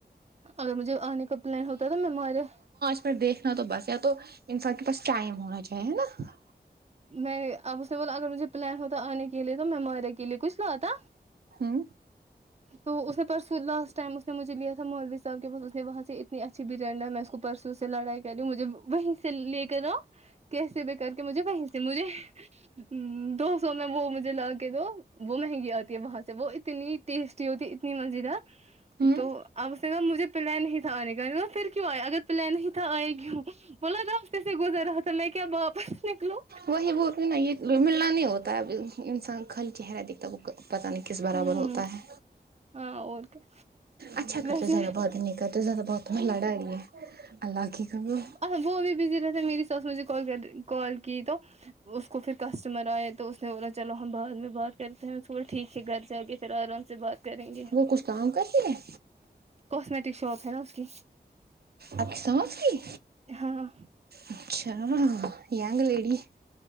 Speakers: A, on the right; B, on the right.
A: اگر مجھے آنے کا پلان ہوتا ہے تو میں ہمارے
B: پر دیکھنا تو بس یا تو انسان کے پاس ٹائم ہونا چاہیے ہے نا
A: میں اب اس نے بولا اگر مجھے پلان ہوتا آنے کے لیے تو میں مائرے کے لیے کچھ لاتا
B: ہوں
A: تو اس نے پرسوں لاسٹ ٹائم اس نے مجھے لیا تھا مولوی صاحب کے پاس اس نے وہاں سے اتنی اچھی بریانی لائی میں اس کو پرسوں سے لڑائی کریوں مجھے وہیں سے لیکر آؤ کیسے بھی کر کے مجھے وہی سے مجھے ہوں دو سو میں وہ مجھے لا کے دو وہ مہنگی آتی ہے وہاں سے وہ اتنی ٹیسٹی ہوتی اتنی مزیدار
B: ہوں
A: تو اب اس گا مجھے پلین نہیں تھا آنے کا پھر کیوں آئے اگر پلین نہیں تھا آئے کیوں بولا نہ اسے گزر رہا تو میں کیا واپس نکلو
B: وہی بات ہے نا یہ ملنا نہیں ہوتا ہے اب انسان خالی چہرہ دیکھتا وہ کا پتہ نہیں کس برابر
A: ہوں
B: ہوتا ہے
A: ہاں اور کیا
B: اچھا کرتے
A: ویسے
B: زیادہ بات ہی نہیں کرتے زیادہ باتوں میں لڑائی ہے اللہ کی کرو
A: ا وہ بھی بزی رہتا میری ساس مجھے کال کر کال کی تو اس کو پھر کسٹمر آئے تو اس نے بولا چلو ہم بعد میں بات کرتے ہیںول ٹھیک ہے گھر جا کے پھر آرام سے بات کریں
B: وہ کچھ کام کرتی ہے
A: کوسمیٹک شاپ ہے نا اس کی
B: اچھ سمجھتی
A: ہاں
B: اچھا ینگ لیڈی